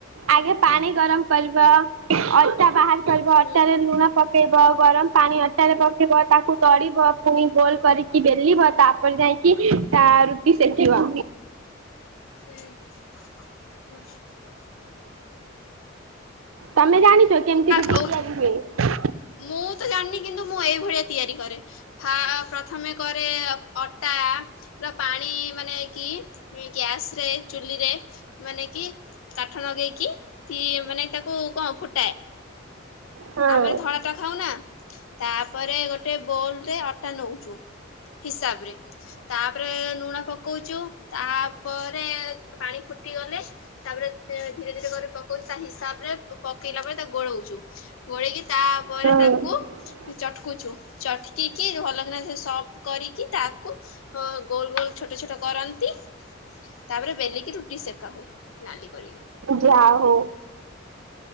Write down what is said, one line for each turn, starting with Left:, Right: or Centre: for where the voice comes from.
Right: ଆଗେ ପାଣି ଗରମ କରିବ, ଅଟା ବାହାର କରିବ,
Left: ହୁଁ
Right: ଅଟାରେ ଲୁଣ ପକେଇବ, ଗରମ ପାଣି ଅଟାରେ ପକିବ ତା କୁତଡିବ ପୁଣି ଗୋଲ କରିକି ବେଲିବ ତାପରେ ଯାଇକି ତା ରୁଟି ସେକିବ।
Left: ସେ <unintelligible>
Right: ତମେ ଜାଣିଛ କେମିତି ରୁଟି
Left: ହଉ
Right: ତିଆରି ହୁଏ?
Left: ମୁଁ ତ ଜାଣିନି କିନ୍ତୁ ମୁଁ ଏଇଭଳିଆ ତିଆରି କରେ। ଫାଳ ପ୍ର ପ୍ରଥମେ କରେ ଅଟା ର ପାଣି ମାନେ କି ଗ୍ୟାସ ରେ ଚୁ ଇରେ ମାନେକି କାଠ ନେଇକି କି ମାନେ ତାକୁ କ ଫୁ
Right: ହଁ
Left: ଆମେ ଧଳା ଟା ଖାଉ ନା। ତାପରେ ଗୋଟେ ବୋଲ ରେ ଅଟା ନଉଛୁ। ହିସାବ ରେ ତାପରେ ଲୁଣ ପକଉଛୁ ତାପରେ ପାଣି ଫୁଟି ଗଲେ ତାପରେ ତେ ଧୀରେ ଧୀରେ କରି ପକଉଛି ତା ହିସାବରେ <unintelligible> ଇଲା ପରେ ତା ଗୋଳଉଛୁ ଗୋଳେଇକି ତାପରେ
Right: ହୁଁ।
Left: ତାକୁ ଚଟକୁଛୁ ଚଟକିକି ଭଲକିନା ସେ ସଫ୍ଟ କରିକି ତାକୁ ଅଁ ଗୋଲ ଗୋଲ ଛୋଟ ଛୋଟ କରନ୍ତି, ତାପରେ ବେଲିକି ରୁଟି ସେକା ହୁଏ। ନାଲି କରିକି।
Right: ଯା ହ‌ଉ।